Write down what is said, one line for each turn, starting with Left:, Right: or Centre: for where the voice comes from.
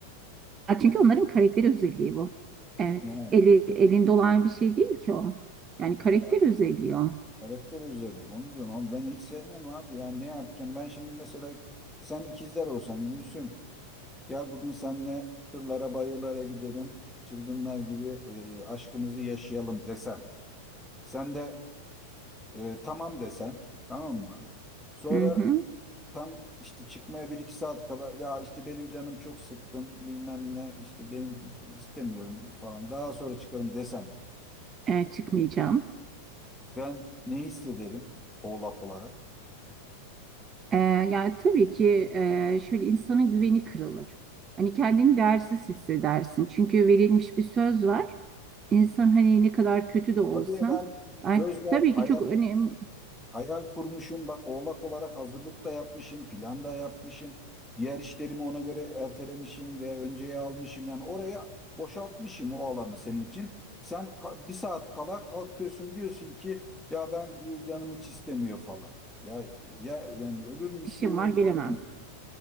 Right: Ha, çünkü onların karakter özelliği bu. Evet,
Centre: Yani
Right: eli, elinde olan bir şey değil ki o. Yani
Centre: ya
Right: karakter özelliği o.
Centre: karakter özelliği onu diyorum ama ben hiç sevmem abi. Yani ne yapacağım? Ben şimdi mesela sen ikizler olsan Gülsüm gel bugün seninle kırlara bayırlara gidelim. Çılgınlar gibi e, aşkımızı yaşayalım desem. Sen de E, tamam desen tamam mı? Sonra
Right: Hı hı.
Centre: tam işte çıkmaya bir iki saat kala ya işte benim canım çok sıkkın bilmem ne işte benim istemiyorum falan daha sonra çıkarım desen
Right: E, çıkmayacağım.
Centre: ben ne hissederim oğlak olarak?
Right: E, yani tabii ki e, şöyle insanın güveni kırılır. Hani kendini değersiz hissedersin. Çünkü verilmiş bir söz var. İnsan hani ne kadar kötü de olsa
Centre: Tabii ya ben
Right: ay,
Centre: söz var
Right: tabii
Centre: hayal
Right: ki çok önemli
Centre: Hayal kurmuşum bak oğlak olarak hazırlık da yapmışım, plan da yapmışım. Diğer işlerimi ona göre ertelemişim veya önceye almışım. Yani oraya boşaltmışım o alanı senin için. Sen ka- bir saat kala kalkıyorsun diyorsun ki ya ben e, canım hiç istemiyor falan. Ya, ya yani ölür müsün
Right: işim var gelemem.
Centre: kalır mısın?